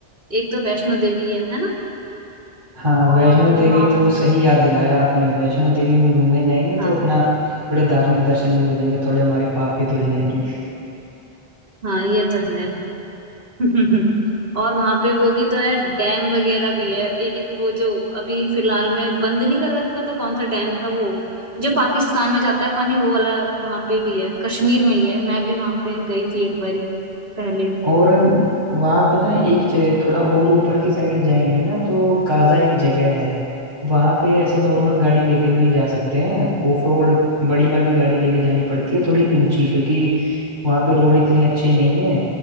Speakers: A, on the right (about 65°); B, on the right (about 25°).
A: एक तो वैष्णो देवी है है ना
B: हाँ
A: और
B: वैष्णो देवी
A: वहाँ
B: तो
A: पे
B: सही याद दिलाया आपने वैष्णो देवी में घूमने जाएंगे
A: हाँ
B: तो अपना थोड़े धार्मिक दर्शन भी हो जाएंगे थोड़े हमारे पाप भी धुल जाएंगे
A: हाँ ये तो है <laughs> और वहां पे वो भी तो है डैम वगैरह भी है एक वो जो अभी फिलहाल में बंद नहीं कर रखा था कौन सा डैम था वो जो पाकिस्तान में जाता है पानी वो वाला वहां पे भी है कश्मीर में ही है मैं भी वहां पे गई थी एक बारी पहले
B: और वहाँ पे ना एक ज- थोड़ा और ऊपर की साइड जाएंगे ना तो काजा एक जगह है वहाँ पे ऐसे नॉर्मल गाड़ी लेके भी नहीं जा सकते हैं ऑफ रोड बड़ी वाली गाड़ी लेके जानी पड़ती है थोड़ी ऊंची क्योंकि वहाँ पे रोड इतने अच्छे नहीं है